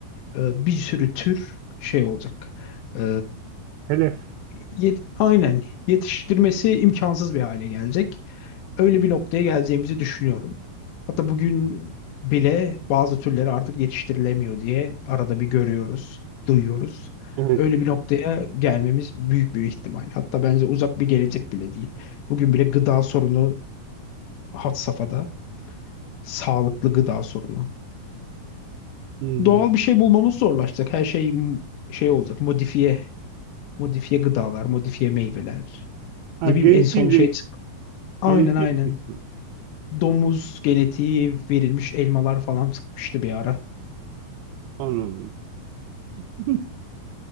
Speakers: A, on the left; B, on the right.
A: e, bir sürü tür şey olacak. E,
B: Hedef.
A: yet- aynen yetiştirmesi imkansız bir hale gelecek. Öyle bir noktaya geleceğimizi düşünüyorum. Hatta bugün bile bazı türleri artık yetiştirilemiyor diye arada bir görüyoruz, duyuyoruz.
B: Evet.
A: Öyle bir noktaya gelmemiz büyük bir ihtimal. Hatta bence uzak bir gelecek bile değil. Bugün bile gıda sorunu had safhada. Sağlıklı gıda sorunu.
B: Hmm.
A: Doğal bir şey bulmamız zorlaşacak. Her şey m- şey olacak, modifiye Modifiye gıdalar, modifiye meyveler.
B: Ha,
A: Ne bileyim
B: genetiği
A: en son
B: değiş,
A: şey çık. Aynen
B: genetiği
A: aynen.
B: değiştirmiş.
A: Domuz genetiği verilmiş elmalar falan çıkmıştı bir ara.
B: Anladım. <laughs>